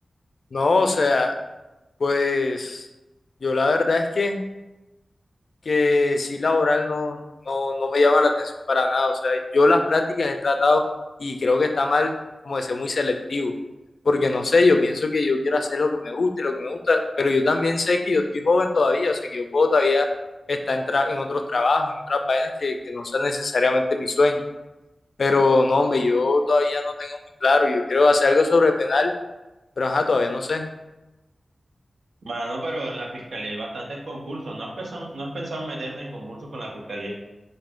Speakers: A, on the left; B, on the right.
A: No, o sea, pues yo la verdad es que, que sí, laboral no, no, no me llama la atención para nada. O sea, yo las prácticas he tratado y creo que está mal como de ser muy selectivo. Porque no sé, yo pienso que yo quiero hacer lo que me guste, lo que me gusta, pero yo también sé que yo estoy joven todavía, o sea, que yo puedo todavía estar en, tra- en otros trabajos, en otras vainas que, que no sean necesariamente mi sueño. Pero no, hombre, yo todavía no tengo muy claro. Yo quiero hacer algo sobre penal, pero ajá, todavía no sé.
B: Mano, pero en la fiscalía hay bastantes concursos. ¿No has pensado, no has pensado en meterte en concursos con la fiscalía?